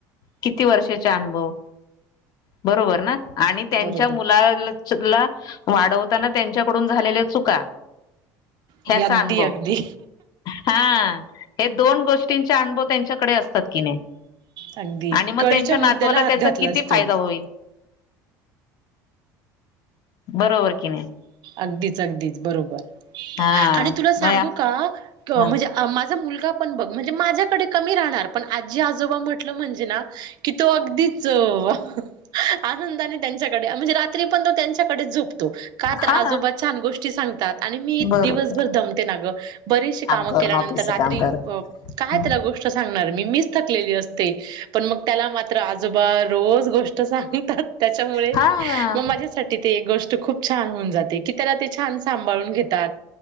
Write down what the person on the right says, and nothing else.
बरोबर.
अगदी
अगदी
अगदी
कळीच्या
मुद्द्याला
हात
घातलास
तू
अगदीच अगदीच बरोबर
आणि तुला सांगू
का म्हणजे
माझा मुलग पन बघ म्हणजे माझ्याकडे कमी राहणार, पण आजी, आजोबा म्हंटल म्हणजे ना की तो अगदीच. हो आनंदाने त्यांच्याकडे म्हणजे रात्री पण तो त्यांच्याकडेच झोपतो. का आजोबा
छान गोष्टी सांगतात आणि मी
दिवसभर दमते नां बरेच काम
केल्यानंतर
रात्री
अं
काय त्याला गोष्ट सांगणार मी, मीच थकलेली असते. पण मग त्याला मात्र आजोबा. रोज गोष्ट सांगतात त्याच्यामुळे
मग माझ्यासाठी ते एक गोष्ट खूप छान हो जाते, की त्याला ते छान सांभाळून घेतात.